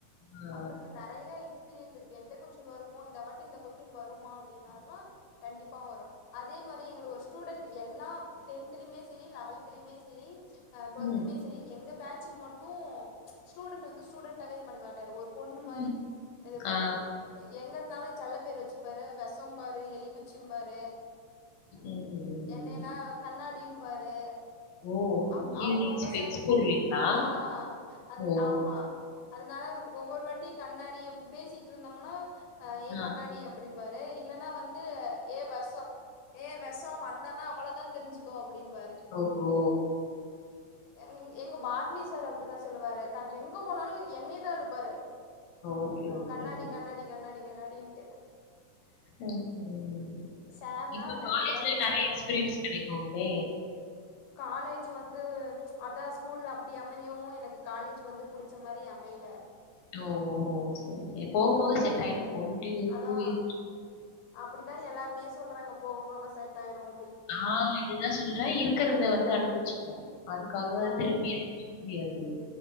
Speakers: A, on the left (about 65°); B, on the left (about 80°).
A: ஆ
B: அவருக்கு நெறையா எக்ஸ்பீரியன்ஸ் இருக்கு எந்த கொஸ்டின் வருமோ இந்த வாட்டி இந்த கொஸ்டின் வருமா அப்டின்னாருனா கண்டிப்பா வரு அதே மாரி இதுல ஒரு ஸ்டூடெண்ட்டு எல்லா டென்தலயுமே சேரி லெவல்தலயுமே சே ரி ஆ டுவெல்த்துலயுமே
A: ம்,
B: சேரி எங்க பேட்சுக்கு மட்டு ஸ்டூடெண்ட் வந்து ஸ்டூடெண்ட்டாவே பண்ண மாட்டாரு ஒரு பொண்ணு
A: ம்,
B: மாரி இது பண்ணுவாரு
A: ஆ,
B: எ எங்க இருந்தாலு செல்ல பேரு வச்சு ப்பாரு வெசம் பாரு எலிக்குச்சிம் பாரு
A: ம்.
B: என்னெய்லா கண்ணாடியும் பாரு
A: ஓ!
B: அப் அவுங்கவுங்க
A: ஈவினிங் ஸ்பெக்ஸ்
B: சாரு
A: போடுவீங்களா?
B: ஆ அது
A: ஓ!
B: ஆமா அதுனால வந் ஒவ்வொரு வாட்டி கண்ணாடியும் ம் பேசிட்ருந்தோமுனா அ ஏ
A: ஆ.
B: கண்ணாடி அப்டின் பாரு இல்லனா வந்து ஏ வெச ஏ வெச வந்தனா அவ்வளதா தெரிஞ்சுக்கோ அப்டின் பாாரு
A: ஓ! ஓ!
B: ய எங் எங் எங்க பாட்னி சார் அப்படிதா சொல்லுவாரு கன் எங்க போனாலு என்னயேதா இழுப்பாரு.
A: Okay, okay.
B: கண்ணாடி கண்ணாடி கண்ணாடி கண்ணாடின்ட்டு
A: ம் ம்
B: சார்லா
A: இப்ப
B: நல்
A: காலேஜ்ல
B: எல்லாருமே
A: நெறைய
B: நல்ல
A: எக்ஸ்பீரியன்ஸ்
B: ஒரு
A: கெடைக்குமே
B: காலேஜ் வந்து அதா ஸ்கூல்ல அப்படி அமையவு எனக்கு காலேஜ் வந்து புடிச்ச மாரி அமையல.
A: டோஹோ சரி சரி போக போக செட்டாய்டு ஒன்னு டூ
B: அதா
A: டு இய <inaudible>
B: அப்டிதா எல்லாருமே சொல்றாங்க போக போக செட்டாயிரும்.
A: ஆ அதுதா சொல்ற இருக்கிறத வந்து அனுபவிச்சுக்குவோ அதுக்காக
B: ஆ
A: திருப்பி எதுவு செய்ய முடியாது